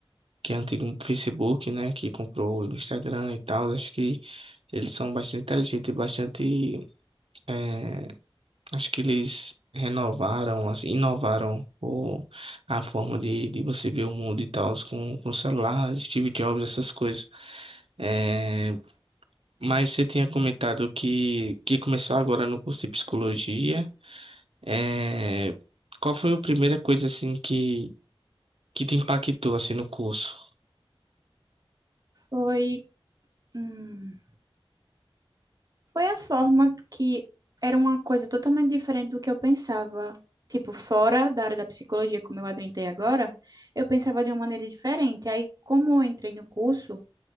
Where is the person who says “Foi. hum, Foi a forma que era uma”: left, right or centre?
Right